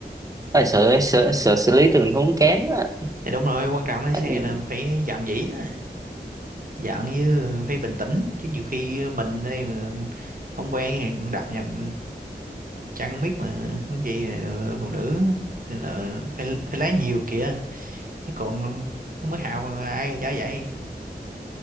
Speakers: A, on the right; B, on the right.
A: à, sợ, sợ sợ xử lý tình huống kém á
B: thì đúng rồi quan trọng lái
A: anh
B: xe là phải dạn dĩ đó dạn với phải bình tĩnh chứ nhiều khi mình đây mà không quen thì cũng đạp nhầm chăng biết mà không gì là phụ nữ nên là phải phải lái nhiều kìa chứ còn nó mới Hào mà ai cho vậy